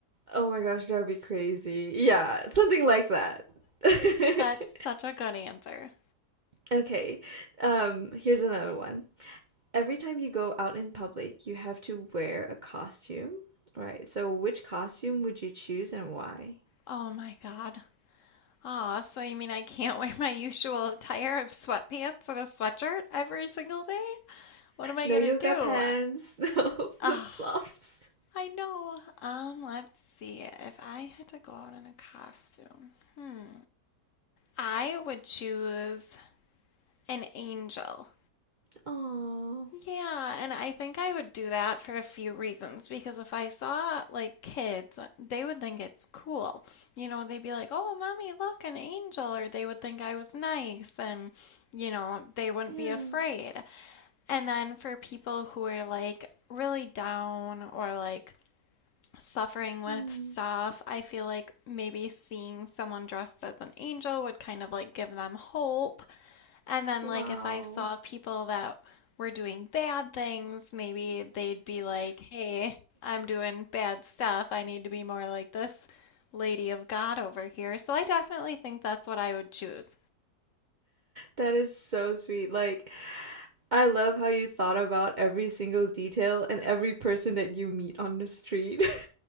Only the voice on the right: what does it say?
Oh my gosh, that would be crazy. Yeah, something like that. <laughs>
Okay, um, here's another one. Every time you go out in public, you have to wear a costume, right? So which costume would you choose and why?
No
yoga
pants, <laughs> no
flip-flops.
Oh,
yeah.
Hmm.
Wow.
That is so sweet. Like, I love how you thought about every single detail and every person that you meet on the street. <laughs>